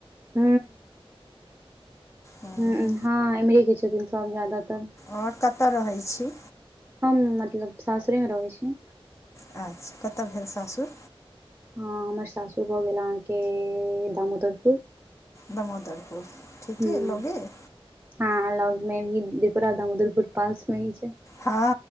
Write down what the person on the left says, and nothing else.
हँ,
आओर कतय रहैत छी।
अच्छा कतऽ भेल सासुर।
दामोदरपुर ठीके
लगे। अय
हँ